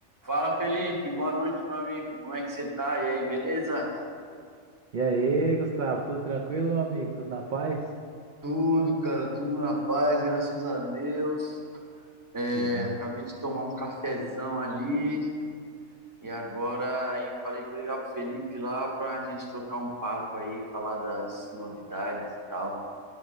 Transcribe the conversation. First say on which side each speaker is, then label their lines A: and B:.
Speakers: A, on the right (about 15°); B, on the right (about 50°).
A: Fala Felipe, boa noite meu amigo, como é que você tá? E aí, beleza?
B: E aí, Gustavo, tudo tranquilo, meu amigo? Tudo na paz?
A: Tudo, cara, tudo na paz, graças a Deus. É,
B: Que bom.
A: acabei de tomar um cafezão ali e agora aí falei, vou ligar pro Felipe lá pra gente trocar um papo aí, falar das novidades e tal.